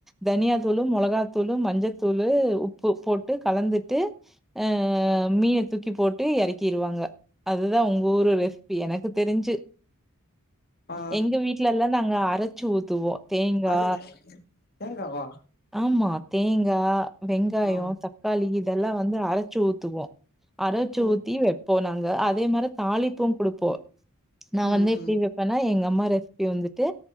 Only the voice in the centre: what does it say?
தனிய தூளு மெளகாத்தூளு மஞ்சத்தூளு உப்பு போட்டு கலந்துட்டு ஆ மி எடுத்து கி போட்டு இறக்கிடுவாங்க அதுதான் உங்கஊர் ஒரு ரெசிபி எனக்கு தெரிஞ்சு
எங்க வீட்ல்லா நாங்க அரசசு ஊத்துவோ தேங்கா
அம்மா தேங்கா வெங்காயம்
தக்காளி யி இதெல்லா வந்து அரச்சு ஊத்துவோம் அரச்சு
ஊத்தி வைப்போம் இங்கஅதே மாதிரி தாளிப்பூ கொடுப்போம் ந
வந்து இப்டி வைப்பேனா எங் ஏம்மாரேஸ் அப்டி வந்துட்டு